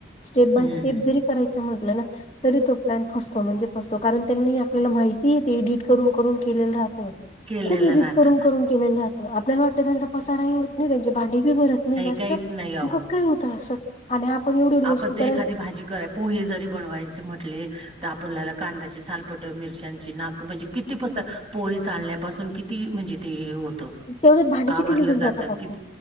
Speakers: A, on the left (about 30°); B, on the right (about 30°).
A: स्टेप बाय
B: हम्म
A: स्टेप
B: हम्म
A: जरी करायचं म्हटलं ना. तरी तो प्लॅन फसतो म्हणजे फसतो कारण त्यांनी आपल्याला माहिती ए ते एडिट करून करून केलेलं राहतं.
B: केलेलं
A: खूप
B: राहत
A: करून करून केले जातं आपल्याला वाटतं त्यांचा पसाराही होत नाही त्यांची भांडी भरत नाही जास्त
B: काहीच नाही अहो
A: कस काही होतं अस आणि आपण एवढी एवढ
B: आपण
A: वस्तू
B: ते
A: करा
B: एखादी भाजी कररा पोहे जरी बनवायचे म्हटले तर आपणला कांदाची सालपट मिरच्याची नाक म्हणजे किती पसर पोहे चालण्यापासून किती म्हणजे ते हे होतं
A: तेवढ्यात भांडे
B: आवरलं
A: किती निघून
B: जातं
A: जातात
B: आणि
A: आपले
B: किती